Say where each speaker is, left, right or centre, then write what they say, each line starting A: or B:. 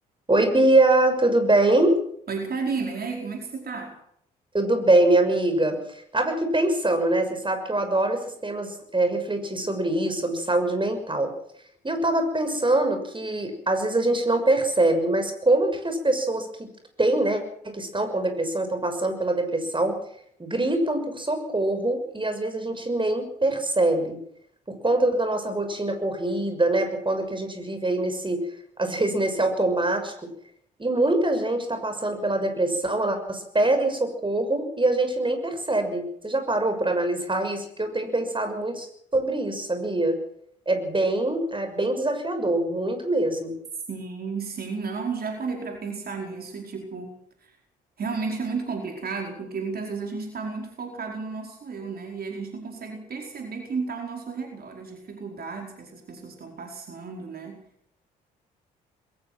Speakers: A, on the right; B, on the right.
A: Oi, Bia, tudo bem?
B: Oi, Karina, e aí, como é que você tá?
A: Tudo bem, minha amiga. Tava aqui pensando, né? Você sabe que eu adoro esses temas, é, refletir sobre isso, sobre saúde mental. E eu tava pensando que às vezes a gente não percebe, mas como que as pessoas que que têm, né, que estão com depressão, estão passando pela depressão, gritam por socorro e às vezes a gente nem percebe. Por conta da nossa rotina corrida, né? Por conta que a gente vive aí nesse, <laughs> às vezes nesse automático. E muita gente está passando pela depressão, elas pedem socorro e a gente nem percebe. Você já parou para analisar <laughs> isso? Porque eu tenho pensado muito sobre isso, sabia? É bem, é bem desafiador, muito mesmo.
B: Sim, sim, não, já parei para pensar nisso e, tipo, realmente é muito complicado, porque muitas vezes a gente está muito focado no nosso eu, né? E a gente não consegue perceber quem está ao nosso redor, as dificuldades que essas pessoas estão passando, né?